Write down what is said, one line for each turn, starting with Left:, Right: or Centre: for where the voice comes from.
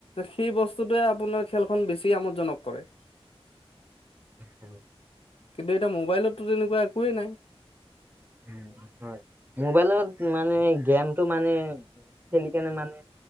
Left: সেই বস্তুটোৱে আপোনাৰ খেলখন বেছি আমোদজনক কৰে।
Right: হয়
Left: কিন্তু এতিয়া মোবাইলতটো তেনেকুৱা একোৱেই নাই।
Right: উম, হয় মোবাইলত মানে গেমটো মানে খেলি কেনে মানে